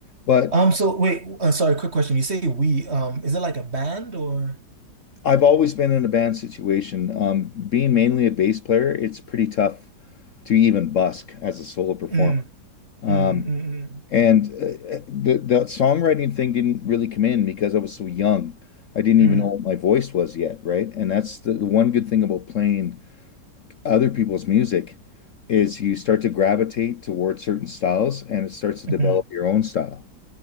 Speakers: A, on the left; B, on the right.
A: But
B: Um, so wait, uh, sorry, quick question. You say we, um, is it like a band or?
A: I've always been in a band situation. Um, being mainly a bass player, it's pretty tough to even busk as a solo performer.
B: Mm,
A: Um,
B: mm, mm,
A: and uh, uh, the the songwriting thing didn't really come in because I was so young. I didn't
B: mm,
A: even know what my voice was yet, right? And that's the, the one good thing about playing other people's music is you start to gravitate towards certain styles and it starts to
B: mm,
A: develop
B: mm.
A: your own style.